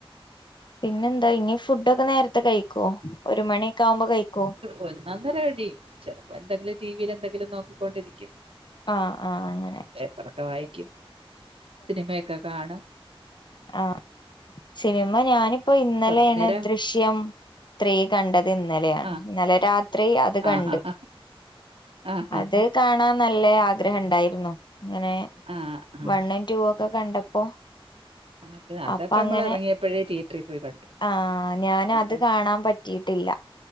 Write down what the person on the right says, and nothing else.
ഒ നന്നര ഴിയും ചെലപ്പോ ന്തെങ്കിലും ടി വിയിൽ എന്തെങ്കിലും നോക്കിക്കൊണ്ടിരിക്കും.
ഇടക്കെ വായിക്കും സിനിമേക്കെ കാണും
അങ്ങനെ കുറേ നേരം
ആ
ആ ആ ആ ആ ആ
ആ ആ
ആ
അത് അതൊക്കെ
നമ്മൾ
ഇറങ്ങിയപ്പോഴേ തിയേറ്ററിൽ പോയി കണ്ടു
അതുകൊണ്ട്